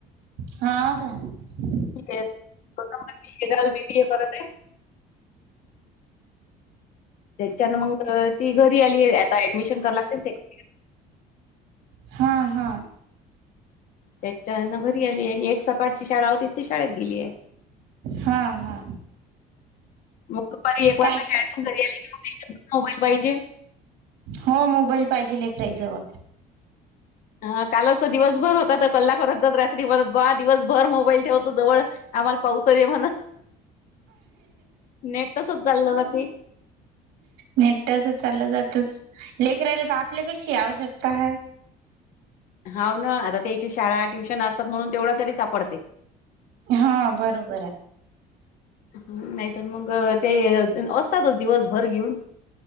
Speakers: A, on the right; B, on the left.
A: हां काय?
B: ठीक आहे दो दोन नंबर मुलगी बी बी ए करत हाय. त्याच्यान मग ती घरी आली आता ऍडमिशन करा लागतेच हाय की
A: हा हा.
B: त्याच्यान घरी आली आणि एक सकाळची शाळा होती ती शाळेत गेली आहे.
A: हा हा.
B: मग दुपारी एक वाजता
A: काय
B: शाळेतून घरी आले की मग <unintelligible> मोबाईल पाहिजे.
A: हो मोबाईल पाहिजे लेकराजवळ.
B: हा काल अस दिवसभर होता, तर कला करत जर दहा दिवस भर मोबाईल ठेव तु जवळ आम्हाला पाहुं तर दे म्हण. नेट तसच चाललं जाती.
A: नेट तस चाललं जातच. लेकरायला तर आपल्यापेक्षा आवश्यकता हाय.
B: हाव ना आता त्याची शाळा, ट्युशन असतात म्हणून तेवढा तरी सापडते.
A: हा बरोबर हाय.
B: हम्म नाहीतर मग ते अस असतातच दिवसभर घेऊन.